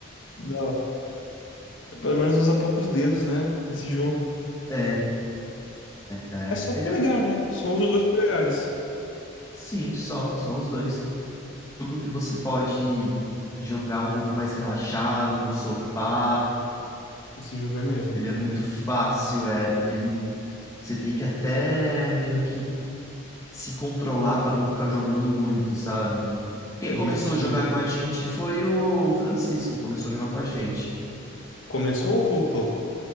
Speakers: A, on the left; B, on the left.
A: Não, pelo menos usa poucos dedos, né? Nesse jogo.
B: É, é. é.
A: É só
B: Ele
A: polegar,
B: é. um-
A: né? Só usa os dois polegares.
B: Sim, só. Só os dois. Jogo que você pode jogar um pouco mais relaxado, num sofá
A: Esse jogo é mesmo.
B: Ele é muito fácil, é, ele você tem que até meio que se controlar para não ficar jogando muito, sabe? Quem
A: É
B: começou
A: bem viciante.
B: a jogar com a gente foi o Francisco, começou a jogar com a gente.
A: Começou ou voltou?